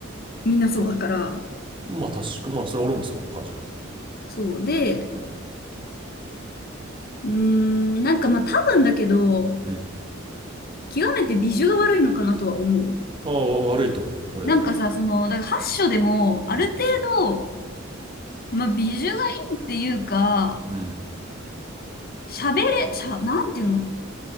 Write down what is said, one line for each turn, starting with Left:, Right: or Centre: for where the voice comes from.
Left: みんなそうだから。
Right: まあ確か、まあそれ俺もそうか、じゃあ。
Left: そう。で、
Right: うん。
Left: うーん、なんかまあ多分だけど、
Right: うん。
Left: 極めて美女が悪いのかなとは思う。
Right: ああ、わ悪いと思う、俺。
Left: なんかさ、その、だから8章でも、ある程
Right: うん。
Left: 度、まあ、美女がいいっていうか、
Right: うん。
Left: 喋れ、しゃ、なんていうの